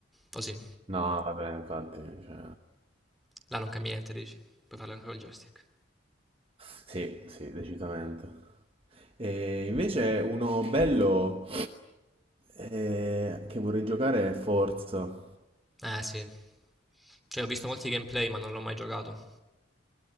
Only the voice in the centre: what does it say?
O sì,
là non cambi niente, dici. Puoi farlo anche col joystick.
Eh sì. Cioè, ho visto molti gameplay, ma non l'ho mai giocato.